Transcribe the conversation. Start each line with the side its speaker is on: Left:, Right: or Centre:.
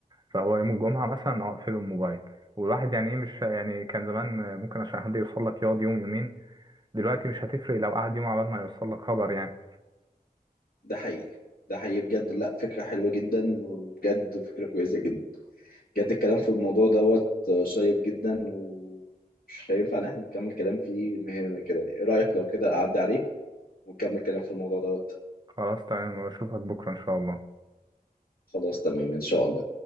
Right: فهو يوم الجمعة مثلا اقفله الموبايل والواحد يعني ايه مش يعني كان زمان ممكن عشان حد يوصل لك يقعد يوم يومين دلوقتي مش هتفرق لو قعد يوم عبال ما يوصل لك خبر يعني
Left: ده حقيقي ده حقيقي بجد لا فكرة حلوة جدا وبجد فكرة كويسة جدا بجد الكلام في الموضوع دوت آه، شيق جدا ومش هينفع ان احنا نكمل كلام فيه من هنا كده ايه رأيك لو كده اعدي عليك ونكمل كلام في الموضوع دوت
Right: خلاص تمام بشوفك بكرة إن شاء الله
Left: خلاص تمام إن شاء الله